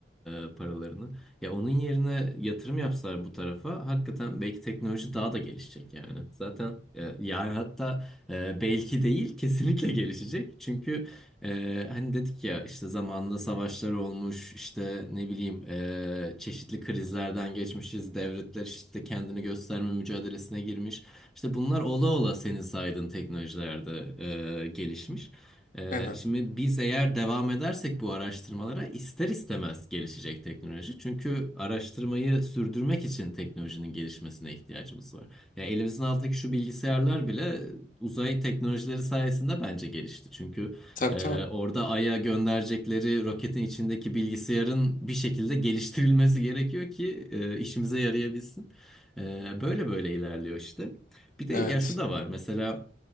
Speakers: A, in the centre; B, on the left.
A: e, paralarını. Ya onun yerine yatırım yapsalar bu tarafa hakikaten belki teknoloji daha da gelişecek yani. Zaten e, ya hatta ee, belki değil, kesinlikle gelişecek. Çünkü ee, hani dedik ya işte zamanında savaşlar olmuş işte ne bileyim ee, çeşitli krizlerden geçmişiz devletler işte kendini gösterme mücadelesine girmiş işte bunlar ola ola senin saydığın teknolojilerde ee, gelişmiş. Ee,
B: Aynen.
A: şimdi biz eğer devam edersek bu araştırmalara ister istemez gelişecek teknoloji çünkü araştırmayı sürdürmek için teknolojinin gelişmesine ihtiyacımız var. Ya elimizin altındaki şu bilgisayarlar bile uzay teknolojileri sayesinde bence gelişti çünkü.
B: Tabii
A: Ee,
B: tabii.
A: orada Ay'a gönderecekleri roketin içindeki bilgisayarın bir şekilde geliştirilmesi gerekiyor ki e, işimize yarayabilsin. Ee, böyle böyle ilerliyor işte. Bir de
B: Evet.
A: ya şu da var mesela